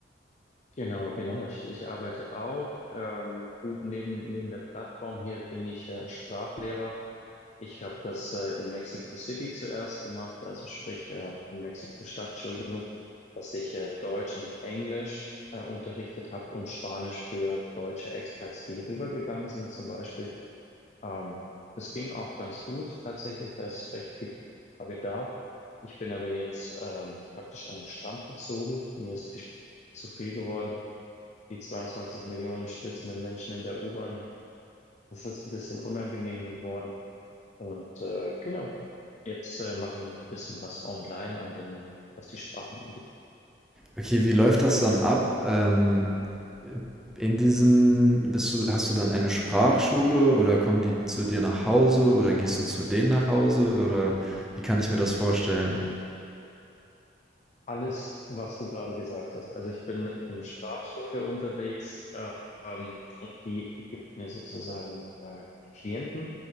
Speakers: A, on the left (about 40°); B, in the centre.
A: Genau, genau. Ich, ich arbeite auch. Ähm, gut, neben, neben der Plattform hier bin ich äh, Sprachlehrer. Ich habe das äh, in Mexico City zuerst gemacht, also sprich äh, in Mexiko-Stadt, Entschuldigung, dass ich äh, Deutsch und Englisch äh, unterrichtet habe und Spanisch für deutsche Expats, die rübergegangen sind zum Beispiel. Ähm, das ging auch ganz gut tatsächlich, da ist recht viel Frage da. Ich bin aber jetzt ähm, praktisch an den Strand gezogen. Mir ist die Sch- zu viel geworden. Die 22 Millionen schwitzenden Menschen in der U-Bahn, das ist ein bisschen unangenehm geworden. Und äh, genau, jetzt äh, mache ich noch ein bisschen was online an den, was die Sprachen angeht.
B: Okay, wie läuft das dann ab? Ähm, in diesen, bist du, hast du dann eine Sprachschule oder kommen die zu dir nach Hause oder gehst du zu denen nach Hause oder wie kann ich mir das
A: Mhm.
B: vorstellen?
A: Alles, was du gerade gesagt hast. Also ich bin für eine Sprachschule unterwegs, äh, ähm, und die gibt mir sozusagen äh, die Klienten.